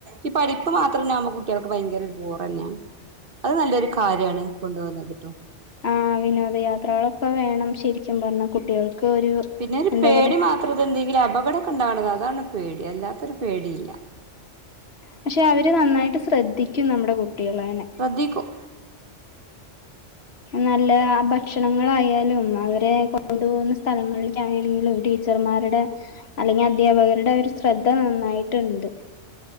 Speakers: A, on the right; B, on the left.
A: ഈ പഠിപ്പ് മാത്രനാമ് കുട്ടികൾക്ക് ഭയങ്കര ഒരു ബോറെന്നെയാണ് അത് നല്ലൊരു കാര്യാണ് കൊണ്ട് വന്നത്ട്ടോ.
B: ആഹ് വിനോദയാത്രകളൊക്കെ വേണം ശരിക്കും പറഞ്ഞാൽ കുട്ടികൾക്ക് ഒരു.
A: പിന്നോരു
B: എന്താ
A: പേടി
B: പറയാ
A: മാത്രതെന്തെങ്കിലും അപകടാക്കെണ്ടാവണുന്നത് അതാണ് പേടി അല്ലാത്തൊരു പേടി ഇല്ല
B: പക്ഷെ അവര് നന്നായിട്ട് ശ്രദ്ധിക്കും നമ്മുടെ കുട്ടികളേനെ.
A: ശ്രദ്ധിക്കും
B: നല്ലതാ ഭക്ഷണങ്ങളായാലും അവരെ കൊണ്ടുപൊകുന്ന സ്ഥലങ്ങളിക്കായാലുങ്ക്ലും ടി ടീച്ചർമാരുടെ അല്ലെങ്കി അദ്ധ്യാപകരുടെ ഒരു ശ്രദ്ധ നന്നായിട്ടുണ്ട്.